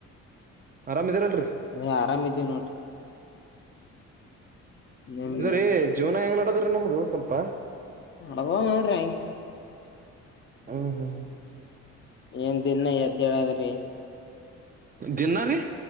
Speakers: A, on the right; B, on the left.
A: ಆರಾಮ್ ಇದೀರಲ್ರರಿ
B: ಹಾ ಆರಾಮ ಇದೀವಿ ನೋಡ್ರಿ ನಿಮ್
A: ಇದ್ರೀ ಜೀವನ ಹೆಂಗ್ ನಡದ್ರೀ ನಮ್ದ ಸ್ವಲ್ಪ
B: ನಡದಾವೆ ನೋಡ್ರಿ <unintelligible>
A: ಹ್ಮ್ ಹ್ಮ್ ಹ್ಮ್
B: ಏನ್ ದಿನ ಎದ್ದೇಲಾದ್ರಿ
A: ದಿನ ರೀ